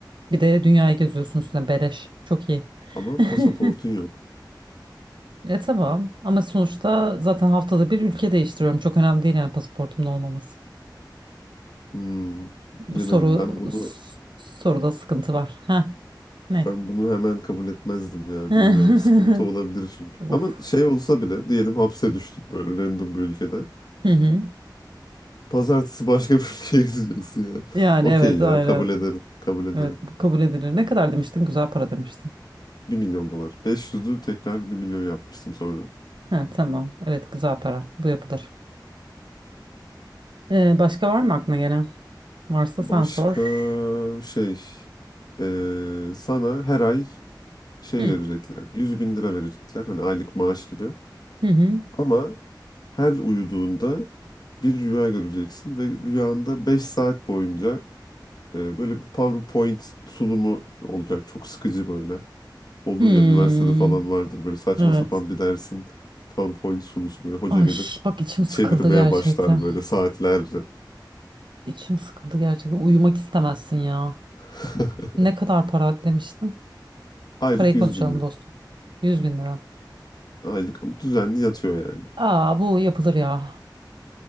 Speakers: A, on the right; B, on the left.
A: Bir de dünyayı geziyorsun üstüne beleş. Çok iyi.
B: Ama
A: <laughs>
B: pasaportun yok.
A: E tamam ama sonuçta zaten haftada bir ülke değiştiriyorum. Çok önemli değil yani pasaportumun olmaması.
B: Hmm,
A: Bu
B: bilemedim.
A: soru
B: Ben bunu
A: s- soruda sıkıntı var. Ha ne?
B: ben bunu hemen kabul etmezdim ya.
A: <laughs>
B: Bilmiyorum. Sıkıntı olabilir çünkü.
A: Uf.
B: Ama şey olsa bile diyelim hapse düştüm böyle random bir ülkede.
A: Hı hı.
B: Pazartesi başka bir <laughs> ülkeye gideceksin ya.
A: Yani
B: Okey
A: evet
B: ya
A: aynen.
B: kabul ederim. Kabul ederim.
A: Evet bu kabul edilir. Ne kadar demiştin? Güzel para demiştin.
B: bir milyon dolar. 500'ü tekrar bir milyon yapmıştım sonra.
A: Ha, tamam. Evet güzel para. Bu yapılır. Ee, başka var mı aklına gelen? Varsa
B: Başka
A: sen sor.
B: şey eee, sana her ay şey
A: Hı
B: verecekler. 100 bin lira verecekler. Hani aylık maaş gibi.
A: hı hı.
B: Ama Her uyuduğunda bir rüya göreceksin ve rüyanda 5 saat boyunca e, böyle bir PowerPoint sunumu olacak. Çok sıkıcı böyle. Olur
A: Hmm.
B: ya üniversitede falan vardır böyle saçma
A: Evet.
B: sapan bir dersin PowerPoint sunusu böyle hoca
A: Ay
B: gelir
A: bak içim sıkıldı
B: çevirmeye
A: gerçekten.
B: başlar böyle saatlerce.
A: İçim sıkıldı gerçekten. Uyumak istemezsin ya.
B: <laughs>
A: Ne kadar para demiştin?
B: Aylık
A: Parayı
B: 100
A: konuşalım
B: bin lira.
A: dostum. yüz bin lira.
B: Aylık ama düzenli yatıyor yani.
A: Aa bu yapılır ya.